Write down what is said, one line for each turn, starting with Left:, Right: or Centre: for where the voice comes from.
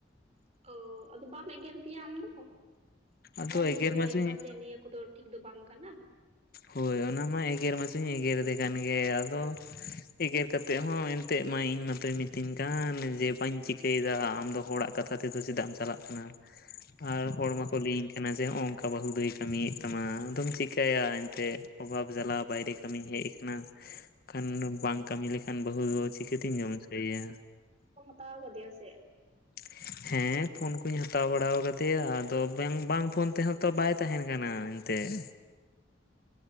Right: ᱚ ᱟᱫᱚ ᱵᱟᱢ ᱮᱜᱮᱨ ᱜᱮᱭᱟ ᱟᱢ ᱫᱚ
Left: ᱟᱫᱚ
Right: ᱵᱟᱢ ᱵᱩᱡᱷᱟᱹᱣᱟᱭ
Left: ᱮᱜᱮᱨ ᱢᱟᱪᱚᱧ
Right: ᱠᱟᱱᱟ ᱡᱮ ᱱᱤᱭᱟᱹ ᱠᱚᱫᱚ ᱴᱷᱤᱠ ᱫᱚ ᱵᱟᱝ ᱠᱟᱱᱟ
Left: ᱦᱳᱭ ᱚᱱᱟ ᱢᱟ ᱮᱜᱮᱨ ᱢᱟᱥᱮ ᱮᱜᱮᱨᱮᱫᱮ ᱠᱟᱱ ᱜᱮ ᱟᱫᱚ ᱮᱜᱮᱨ ᱠᱟᱛᱮᱜ ᱦᱚᱸ ᱮᱱᱛᱮᱡ ᱢᱟ ᱤᱧ ᱢᱟᱛᱚᱭ ᱢᱤᱛᱟᱹᱧ ᱠᱟᱱ ᱡᱮ ᱵᱟᱹᱧ ᱪᱤᱠᱟᱹᱭᱫᱟ ᱟᱢ ᱫᱚ ᱦᱚᱲᱟᱜ ᱠᱟᱛᱷᱟ ᱛᱮᱫᱚ ᱪᱮᱫᱟᱜ ᱮᱢ ᱪᱟᱞᱟᱜ ᱠᱟᱱᱟ ᱟᱨ ᱦᱚᱲ
Right: ᱚ
Left: ᱢᱟᱠᱚ ᱞᱟᱹᱭᱟᱹᱧ ᱠᱟᱱᱟ ᱡᱮ ᱱᱚᱝᱠᱟ ᱵᱟᱹ ᱦᱩ ᱫᱚᱭ ᱠᱟᱹᱢᱤᱭᱮᱫ ᱛᱟᱢᱟ ᱟᱫᱚᱢ ᱪᱮᱠᱟᱭᱟ ᱛᱮᱜ ᱚᱵᱷᱟᱵ ᱡᱟᱞᱟ ᱵᱟᱭᱨᱮ ᱠᱟᱹᱢᱤ ᱦᱮᱡ ᱠᱟᱱᱟ ᱠᱷᱟᱱ ᱵᱟᱝ ᱠᱟᱹᱢᱤ ᱞᱮᱠᱷᱟᱱ ᱵᱟᱹᱦᱩ ᱫᱚ ᱪᱤᱠᱟᱹᱛᱤᱧ ᱡᱚᱢ ᱦᱚᱪᱚᱭᱭᱟ
Right: ᱛᱟᱣ ᱠᱟᱫᱮᱭᱟᱢ ᱥᱮᱜ
Left: <inaudible> ᱦᱮᱸ ᱯᱷᱚᱱ ᱠᱩᱧ ᱦᱟᱛᱟᱣ ᱵᱟᱲᱟᱣ ᱠᱟᱫᱮᱭᱟ ᱟᱫᱚ ᱵᱮᱝ ᱵᱟᱝ ᱯᱷᱳᱱ ᱛᱮᱦᱚᱸ ᱛᱚ ᱵᱟᱭ ᱛᱟᱦᱮᱱ ᱠᱟᱱᱟ ᱮᱱᱛᱮ <inaudible>